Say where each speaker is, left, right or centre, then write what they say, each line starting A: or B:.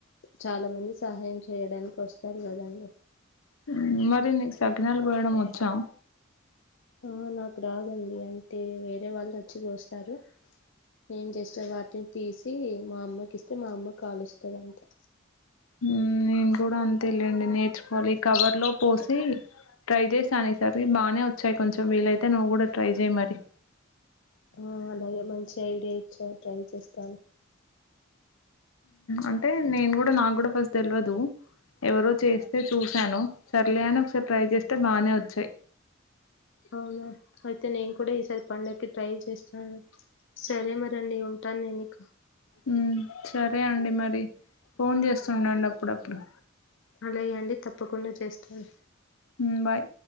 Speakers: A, on the left (about 60°); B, on the left (about 85°).
A: చాలా మంది సహాయం చేయడానికి వస్తారు కదండి
B: ఊ మరి నీకు సకినాలు పోయడం వచ్చా
A: ఆ నాకు రాదండి అంతే వేరే వాళ్ళు వచ్చిపోస్తారు ఏం చేస్తా వాటిని తీసి మా అమ్మకి ఇస్తే మా అమ్మ కాలుస్తది అంతే
B: ఊ నేను కూడా అంతేలెండి నేర్చుకోవాలి కవర్ లో పోసి ట్రై చేశాను ఈసారి ఇవి బాగానే వచ్చాయి కొంచెం వీలైతే నువ్వు కూడా ట్రై చెయ్ మరి
A: ఆ అలాగే మంచి ఐడియా ఇచ్చారు ట్రై చేస్తాను
B: అంటే నేను కూడా నాకు కూడ ఫస్ట్ తెల్వదు. ఎవరో చేస్తే చూశాను సర్లే అని ఒకసారి ట్రై చేస్తే బానే వచ్చాయి.
A: అవునా అయితే నేను కూడా ఈసారి పండగ్కి ట్రై చేస్తాను సరే మరి అండి ఉం ను నేనిక
B: మ్ సరే అండి మరి ఫోన్ చేస్తుండండి అప్పుడప్పుడు
A: అలాగే అండి తప్పకుండా చేస్తాను.
B: ఉమ్ బాయ్